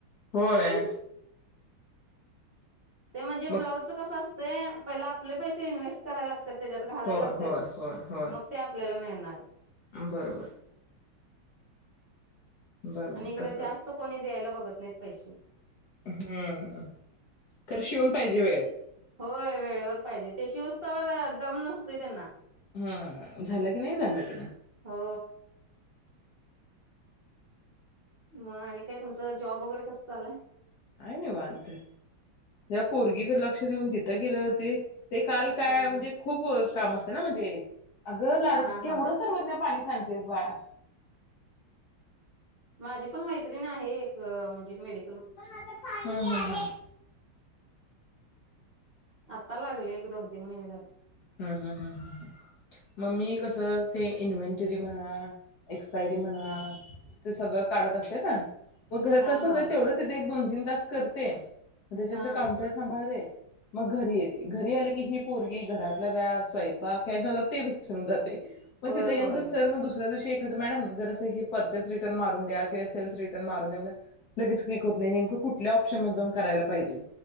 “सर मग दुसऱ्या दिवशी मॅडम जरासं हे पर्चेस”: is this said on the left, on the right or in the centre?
Left